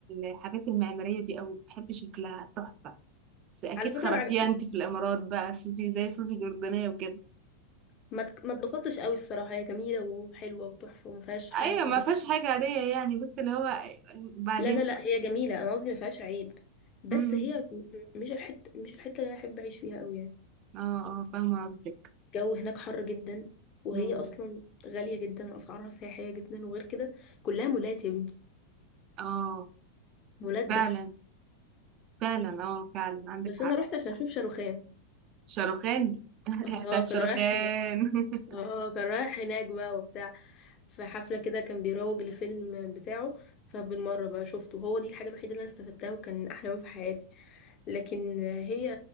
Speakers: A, on the right; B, on the left.
A: الحاجات المعمارية دي أوي بحب شكلها تحفة بس أكيد
B: على فكره
A: خرجتيها
B: ما عج-
A: أنت في الإمارات بقى سوزي زي سوزي الأردنية وكده
B: ما اتك- ما اتبسطتش قوي الصراحه هي جميله وحلوه وتحفه وما فيهاش حاجه
A: أيوة ما
B: بس
A: فيهاش حاجة عادية يعني بس اللي هو بعدين
B: لا لا لا هي جميله انا قصدي ما فيهاش عيب بس
A: مم.
B: هي م- م- مش الحته مش الحته اللي انا احب اعيش فيها قوي يعني
A: اه اه فاهمة قصدك
B: الجو هناك حر جدا وهي
A: مم.
B: اصلا غاليه جدا اسعارها سياحيه جدا وغير كده كلها مولات يا بنتي
A: اه
B: مولات بس
A: فعلا فعلا اه فعلا عندك
B: بس
A: حق
B: انا رحت عشان اشوف شاروخان
A: شاروخان <laughs>
B: اه
A: بتاعت
B: كان
A: شاروخان
B: رايح
A: <laughs>
B: اه اه، كان رايح هناك بقى وبتاع في حفلة كده كان بيروج لفيلم بتاعه فبالمرة بقى شفته هو دي الحاجة الوحيدة اللي انا استفدتها وكان احلى يوم في حياتي لكن هي